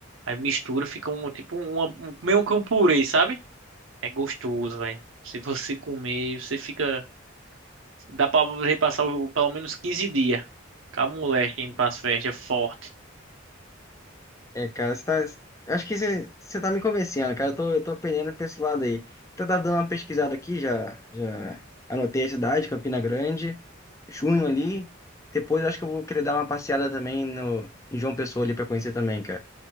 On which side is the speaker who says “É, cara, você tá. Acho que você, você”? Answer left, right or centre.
Left